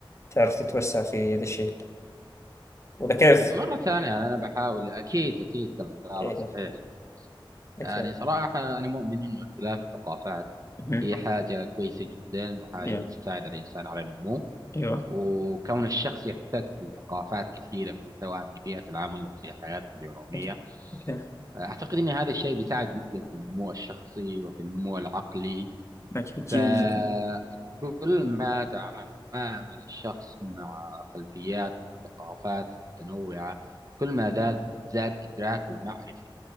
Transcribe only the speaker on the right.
مره ثانيه يعني انا بحاول اكيد اكيد كلامك
صحيح يا مهندس
يعني صراحه انا مؤمن انه اختلاف الثقافات
هي حاجه كويسه جدا وحاجه
بتساعد الانسان على النمو
وكون الشخص يحتك بثقافات كثيره في سواء في بيئه العمل او في حياته اليوميه
اعتقد ان هذا الشيء بيساعد جدا في النمو الشخصي وفي النمو العقلي
فكل
ما تعلم يتعامل الشخص مع خلفيات وثقافات متنوعة كل ما زاد زاد إدراكه المعرفي